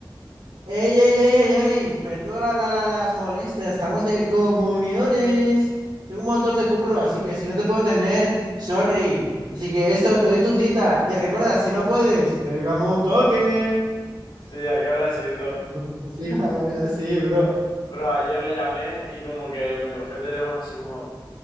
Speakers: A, on the right; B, on the left.
A: Ey, ey, ey, ey, ey, perdona la, la- las molestias, estamos de comuniones. Tengo un montón de curro, así que si no te puedo tener, sorry. Así que esto, te doy tu cita. Y recuerda, si no puedes, pégame un toque.
B: Sí, ¿a qué habla así, bro?
A: <laughs> Sí, una movida así, bro.
B: Bro, ayer le llamé y como que me cogió el teléfono así como,